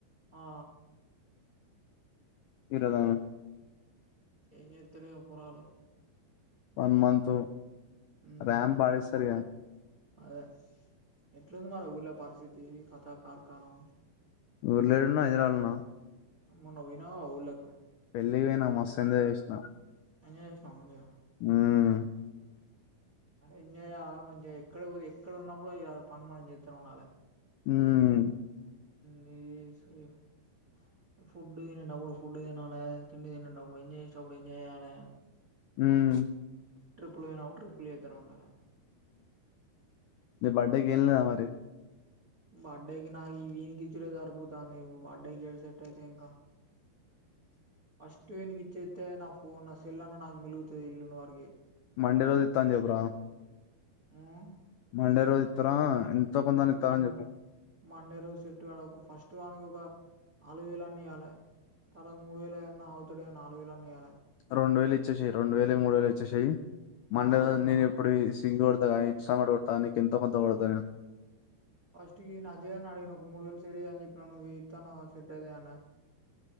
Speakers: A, on the right (about 45°); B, on the left (about 85°).
A: ఆ
B: ఇరదాను.
A: ఏం జెత్తారో ఏమో పొరగాళ్ళు.
B: వన్ మంత్
A: ఉమ్
B: ర్యాంప్ ఆడిస్తారు గా
A: అదే ఎట్లుంది మరి ఊర్ల పరిస్థితి కథ కార్ఖానం.
B: ఊర్లోయేడున్నావు హైద్రాబాద్ లో ఉన్నావా?
A: మొన్న పోయినావు ఊళ్ళకు.
B: పెళ్ళికి పోయినామ్ మస్త్ ఎంజాయ్ చేసినామ్
A: ఎంజాయ్ చేసినావా మంచిగ?
B: మ్మ్
A: ఎంజాయ ఆగంఎంజాయ ఎక్కడ పో ఎక్కడ ఉన్నా కూడా పని మనం చెత్తూఉండాల.
B: హ్మ్!
A: మది <unintelligible> ఫుడ్ తినేప్పుడు ఫుడ్ తినాలి, తిండి తినేటప్పుడు ఎంజాయ్ చేసేటప్పుడు ఎంజాయ్ చేయాల.
B: మ్!
A: ట్రిపుల్ యే <unintelligible> ట్రిపుల్ ఇద్దరూ ఉండాల
B: నీ బర్త్డే కి ఏమి తేవాలి.
A: బర్త్డేకి నాకు ఈ వీన్ కిచూడే సరిపోతాంది. నువు బర్త్డే క ఏడ సెట్ అయితాయి ఇంక. ఫస్ట్ వీనికి ఇచ్చేత్తే నా ఫోన్ నా సెల్లన్నా మిలుగుతాది ఈలున్నవరికి.
B: మండే రోజు ఇత్తా అని చెప్పురా.
A: హ్మ్!
B: మండే రోజు ఇస్తారా? ఎంతో కొంతని ఇస్తారా
A: మన్
B: అని చెప్పు.
A: మండే రోజు సెట్టు గాడు. ఒక ఫస్ట్ వానికి ఒక నాలుగు వేలన్న ఇయ్వాల. తర్వాత మూడు వేలన్న ఆగుతాడేమో నాలుగు వేలన్నా ఈయాల.
B: రెండు వేలు ఇచ్చేసేయ్. రెండు వేలో మూడు వేలో ఇచ్చేసాయి. మండే
A: ఆగర్రా
B: నేను ఇప్పుడు సింగూర్ ఆ ఇంస్టాల్మెంట్ కొడతావా, నేను ఎంతో కొంత కొడతాను.
A: ఫస్ట్ కి అజయ ను అడిగా ఒక మూడు వేలు సెట్ చేయ్ అని చెప్ప న నువ్వే ఇత్తా అన్నావు సెట్ చేయ్ అన్నా.